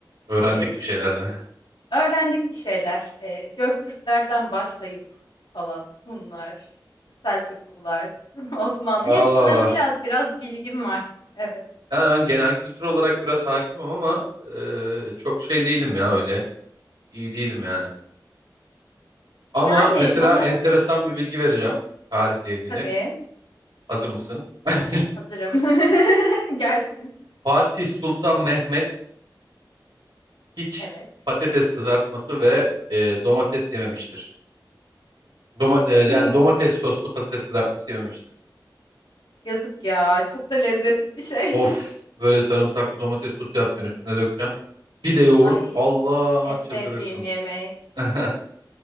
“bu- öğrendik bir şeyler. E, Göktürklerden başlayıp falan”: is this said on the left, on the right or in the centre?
Left